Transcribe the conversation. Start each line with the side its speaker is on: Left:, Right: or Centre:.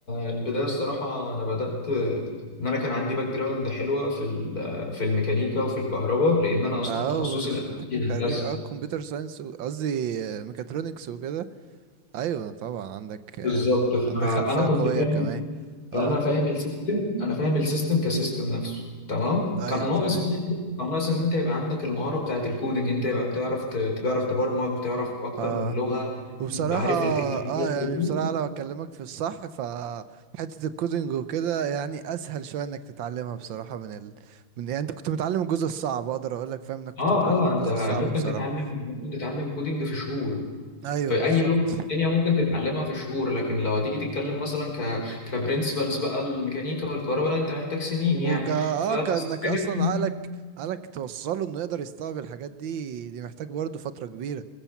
Left: البداية الصراحة أنا بدأت إن أنا كان عندي باك جراوند حلوة في ال- في الميكانيكا وفي الكهرباء لأن أنا أصلا
Right: أه
Left: تخصصي الأساسي
Right: خريج
Left: هندسة
Right: أه كمبيوتر ساينس قصدي ميكاترونكس وكده ايوه طبعا عندك آه،
Left: بالظبط فأنا
Right: عندك خلفية
Left: كنت
Right: قوية
Left: فاهم
Right: كمان
Left: فانا
Right: اه
Left: فاهم السيستم انا فاهم السيستم كسيستم نفسه تمام
Right: ايوه
Left: كان ناقص
Right: تمام
Left: بقى إيه؟ كان ناقص ان انت يبقى عندك المهاره بتاعت الكودينج انت يبقى بتعرف ت- بتعرف تبرمج بتعرف اكتر
Right: اه
Left: من لغه
Right: وبصراحة
Left: عارف ال
Right: اه يعني بصراحة لو اكلمك في الصح فحتة الكودينج وكده يعني اسهل شوية انك تتعلمها بصراحة من ال... من يعني انت كنت متعلم الجزء الصعب اقدر اقول لك فاهم
Left: <laughs>
Right: انك كنت
Left: اه
Right: متعلم
Left: اه
Right: الجزء
Left: انت
Right: الصعب
Left: ممكن
Right: بصراحة
Left: تتعلم ممكن تتعلم كودينج في شهور
Right: ايوه
Left: في
Right: بالظبط
Left: اي لغه في الدنيا ممكن تتعلمها في شهور لكن لو هتيجي تتكلم مثلا ك كبرنسبلز بقى الميكانيكا والكهرباء لا انت محتاج سنين
Right: وكا
Left: يعني
Right: اه
Left: فبس
Right: كانك
Left: انت
Right: اصلا
Left: جبت من هنا.
Right: عقلك عقلك توصله انه يقدر يستوعب الحاجات دي دي محتاج برضه فترة كبيرة